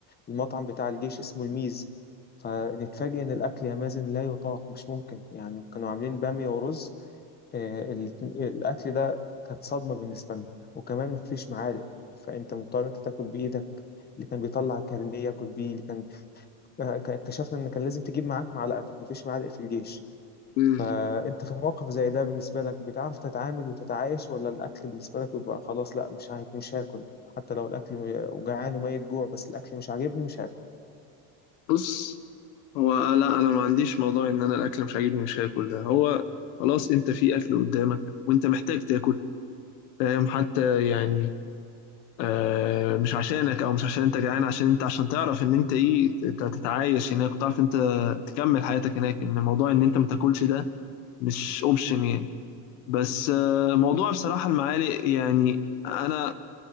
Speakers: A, on the left; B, on the left.
A: المطعم بتاع الجيش اسمه الميز فنتفاجئ إن الأكل يا مازن لا يطاق مش ممكن يعني كانوا عاملين بامية ورز آه، الاتن- الأكل ده كانت صدمة بالنسبة لنا وكمان مفيش معالق فأنت مضطر أنت تاكل بإيدك اللي كان بيطلع كارنيه ياكل بيه اللي كان آه، ك- اكتشفنا إن كان لازم تجيب معاك معلقتك مفيش معالق في الجيش
B: مم.
A: فأنت في الموقف زي ده بالنسبة لك بتعرف تتعامل وتتعايش ولا الأكل بالنسبة لك بيبقى خلاص لا مش هاك مش هاكل حتى لو الأكل م- جعان وميت جوع بس الأكل مش عاجبني مش هاكل
B: بص هو لا انا ما عنديش موضوع ان انا الاكل مش عاجبني مش هاكل ده هو خلاص انت في اكل قدامك وانت محتاج تاكل فاهم حتى يعني آه، مش عشانك او مش عشان انت جعان عشان انت عشان تعرف ان انت ايه ت- تتعايش هناك وتعرف انت تكمل حياتك هناك ان موضوع ان انت ما تاكلش ده مش اوبشن يعني بس آه، موضوع بصراحة المعالق يعني انا